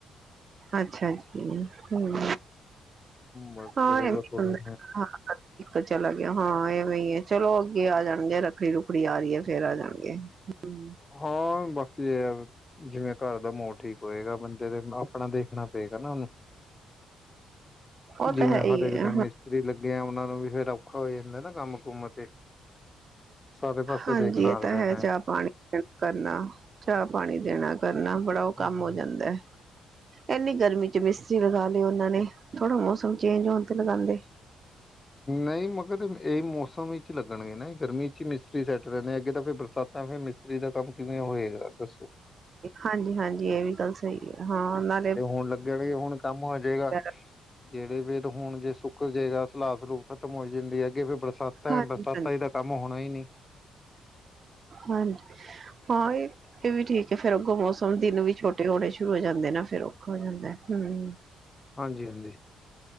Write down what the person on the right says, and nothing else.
ਅੱਛਾ ਜੀ, ਹੂਮ
ਹਾਂ
ਇਹ <inaudible>
ਇੱਕ ਚਲਾ ਗਿਆ ਹਾਂ, ਇਹਵੇਂ ਈ ਐ ਚਲੋ ਅੱਗੇ ਆ ਜਾਣਗੇ ਰੱਖੜੀ ਰੁੱਖੜੀ ਆ ਰਹੀ ਹੈ ਫੇਰ ਆ ਜਾਣਗੇ <unintelligible>
ਉਹ
ਤਾਂ ਹੈ ਹੀ
ਹੈ
ਹਾਂਜੀ
ਇਹ
ਤੇ ਹੈ,
ਚਾਹ ਪਾਣੀ ਦੇ ਕਰਨਾ ਚਾਹ ਪਾਣੀ ਦੇਣਾ ਕਰਨਾ ਬੜਾ ਉਹ
ਕੰਮ
ਹੋ ਜਾਂਦੇ ਏਨੀ ਗਰਮੀ ਚ ਮਿਸਤਰੀ ਲਗਾ ਲਏ ਉਹਨਾਂ ਨੇ, ਥੋੜ੍ਹਾ ਮੌਸਮ ਚੇਂਜ ਹੋਨ ਤੇ ਲਗਾਦੇ
ਹਾਂਜੀ, ਹਾਂਜੀ ਇਹ ਵੀ ਗੱਲ ਸਹੀ ਹੈ, ਹਾਂ ਨਾਲ
ਵਗੈਰਾ
ਹਾਂਜੀ
ਹਾਂਜੀ
ਹਾਂਜੀ ਹਾਂ ਇਹ ਇਹ ਵੀ ਠੀਕ ਹੈ ਫੇਰ ਅੱਗੋਂ ਮੌਸਮ ਦਿਨ ਵੀ ਛੋਟੇ ਹੋਣੇ ਸ਼ੁਰੂ ਹੋ ਜਾਂਦੇ ਨਾ ਫੇਰ ਔਖਾ ਹੋ ਜਾਂਦਾ ਹਮ